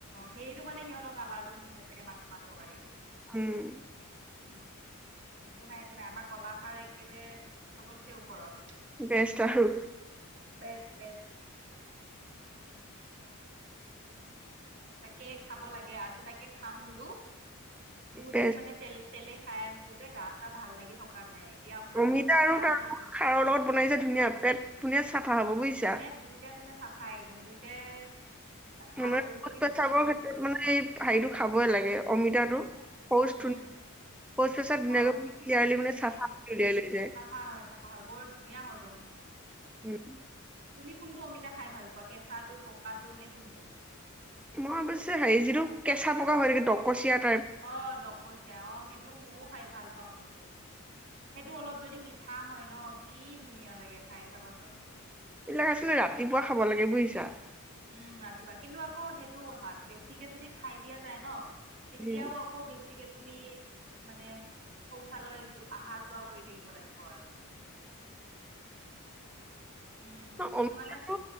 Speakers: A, on the right; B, in the centre.
A: সেইটো কাৰণে সিহঁতক কালাৰটো নুঠে চাগে মাটিমা তৰকাৰীত
B: উম।
A: উম একো নাই একো নাই আমাৰ কলাখাৰ একেবাৰে চবতছে ওপৰত।
B: বেষ্ট আৰু।
A: Best best. তাকেই খাব লাগে আজি তাকে খাম বোলো। বহুত
B: বেষ্ট
A: দিন মানে তেল তেলে খাই আছো যে গা চা ভাল লাগি থকা নাই এতিয়া অকমান
B: অমিতা
A: খাৰ
B: আৰু তাৰ
A: খালে
B: লগত খাৰৰ লগত বনাই যে ধুনীয়া পেট ধুনীয়া চাফা হ'ব বুজিছা
A: তাত দুইটাই মানে চাফাই একদম দুইটাই ভাল
B: মান
A: ঔষধিযুক্ত
B: সধ পেচাবৰ
A: বস্তু
B: ক্ষেত্ৰত মানে এই হেৰিটো খাবই লাগে অমিতাটো শৌচ
A: উম
B: ধুনীয়া শৌচ পেচাব ধুনীয়াকৈ
A: হয় হয়
B: ক্লিয়াৰলি মানে
A: ধুনীয়া
B: চাফা কৰি উলিয়াই লৈ যায়
A: চাফা হয় চাফা হয় বৰ ধুনীয়া হজম হয়
B: উম
A: তুমি কোনটো অমিতা খাই ভাল পোৱা কেঁচাটো পকাটো নে কোনটো।
B: মই অৱশ্যে হে যিটো কেঁচা পকা হৈ থাকে ডকচিয়াত
A: অ ডকচিয়া অ সেইটো ময়ও খাই ভাল পাওঁ সেইটো সেইটো অলপ যদি মিঠা হয় ন কি ধুনীয়া লাগে খাই চাবাচোন
B: এইবিলাক আছিলে ৰাতিপুৱা খাব লাগে বুজিছা
A: উম ৰাতিপুৱা কিন্তু আকৌ সেইটো কথা বেছিকে যদি খাই দিয়া যায় ন তেতিয়াও
B: উম
A: আকৌ বেছিকে তুমি মানে শৌচালয় অহা যোৱা কৰি থাকিব লাগিব আৰু <inaudible> উম সেইটো
B: অমিতাটো
A: কাৰণে